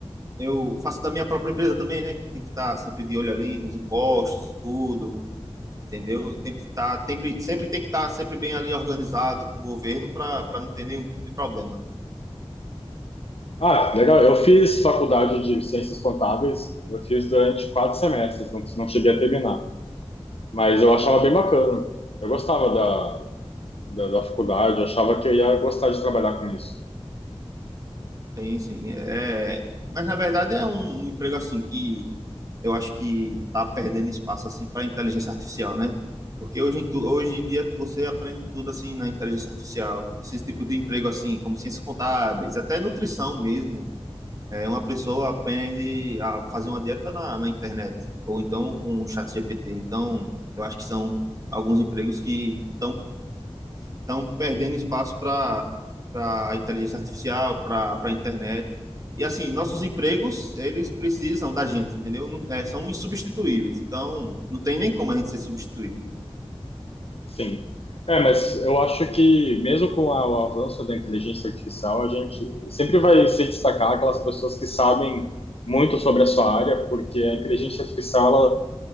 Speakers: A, on the right; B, on the left.
A: eu faço da minha própria empresa também, né? Que tem que estar sempre de olho ali nos impostos e tudo, entendeu? Tem que estar, sempre, sempre tem que estar sempre bem ali organizado com o governo para para não ter nenhum tipo de problema.
B: Ah, legal. Eu fiz faculdade de ciências contábeis, eu fiz durante quatro semestres, não, não cheguei a terminar, mas eu achava bem bacana. Eu gostava da, da, da faculdade, eu achava que eu ia gostar de trabalhar com isso.
A: Tem, sim. É, mas na verdade é um um emprego assim que eu acho que está perdendo espaço assim para inteligência artificial, né? Porque hoje, em tu- hoje em dia você aprende tudo assim na inteligência artificial. Esse tipo de emprego assim, como ciências contábeis, até nutrição mesmo. É, uma pessoa aprende a fazer uma dieta na, na internet, ou então com o chat GPT. Então, eu acho que são alguns empregos que estão estão perdendo espaço para a inteligência artificial, para a internet. E assim, nossos empregos, eles precisam da gente, entendeu? Não, é, são insubstituíveis. Então, não tem nem como a gente ser substituído.
B: Sim. É, mas eu acho que mesmo com a- o avanço da inteligência artificial, a gente sempre vai se destacar aquelas pessoas que sabem muito sobre a sua área, porque a inteligência artificial